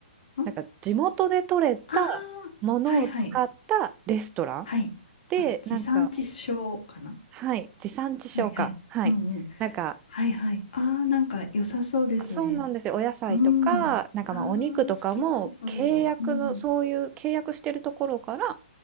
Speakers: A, on the left; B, on the right.
A: ん
B: なんか地元で採れた
A: ああ
B: ものを使ったレストラン
A: ー、はいはい。はい。
B: で、
A: あ、地産地消かな
B: なんか、はい、地産地消か。
A: はいはい。
B: はい。
A: うんうん。
B: なんか、
A: はいはい。ああ、なんか良さそうですね。
B: そうなんですよ。お野菜とか、
A: うん。
B: なんかまあお肉とかも契約の、
A: ああ、好きです、そういうの。うん。
B: そういう契約してるところから、